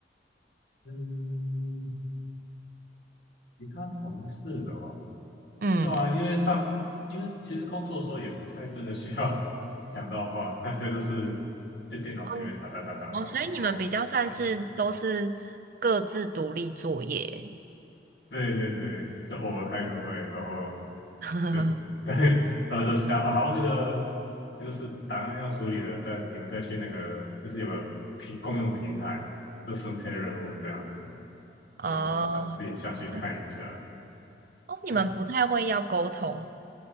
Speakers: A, on the left (about 70°); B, on the right (about 50°).
A: 嗯，其他同事哦，
B: 嗯，
A: 对啊，因为上因为其实工作的时候也不太真的需要 <laughs> 讲到话，那些都是在电脑前面打打打打打，
B: 嗯哦，
A: 然后传音乐。
B: 所以你们比较算是都是各自独立作业。
A: 对对对，就偶尔开个会，然后
B: <laughs>
A: 对，<laughs> 然后就想，啊好，那个就是档案要处理了，再你们再去那个，就是有个平共用平台，就分配任务这样子，
B: 哦，
A: 对对大家自己下去看一下，
B: 这哦，你们不太会要沟通
A: 对，